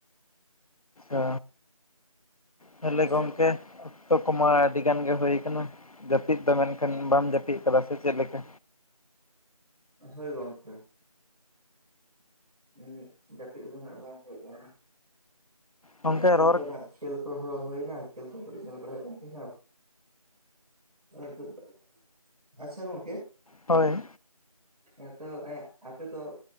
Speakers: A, on the left; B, on the right.
A: ᱚᱻ ᱛᱟᱦᱞᱮ
B: ᱟᱪᱪᱷᱟ
A: ᱜᱚᱝᱠᱮ ᱡᱚᱛᱚ ᱠᱚᱢᱟ ᱟᱹᱰᱤ ᱜᱟᱱ ᱜᱮ ᱦᱩᱭᱩᱭᱟ ᱟᱠᱟᱱᱟ ᱡᱟᱹᱯᱤᱫ ᱫᱚ ᱢᱮᱱᱠᱷᱟᱱ ᱵᱟᱢ ᱡᱟᱹᱯᱤᱫ ᱟᱠᱟᱫᱟ ᱥᱮ ᱪᱮᱫ ᱞᱮᱠᱟ?
B: ᱦᱮᱸ ᱦᱳᱭ ᱜᱚᱝᱠᱮ ᱦᱩᱸᱼᱼ ᱡᱟᱹᱯᱤᱫ ᱠᱚᱫᱚ ᱦᱟᱜ ᱵᱟᱝ ᱦᱩᱭᱩᱜ ᱠᱟᱱᱟ᱾
A: ᱜᱚᱝᱠᱮ
B: ᱛᱤᱱ
A: ᱨᱚᱲ
B: ᱠᱷᱮᱞ ᱠᱚ ᱦᱩᱭᱱᱟ ᱠᱷᱮᱞ ᱠᱚ ᱧᱮᱞ ᱵᱟᱲᱟᱭ ᱠᱟᱱᱼᱼ <unintelligible> ᱟᱪᱪᱷᱟ ᱜᱚᱝᱠᱮᱼᱼ
A: ᱦᱳᱭ?
B: ᱦᱮᱸᱛᱚ ᱟᱯᱮ ᱫᱚ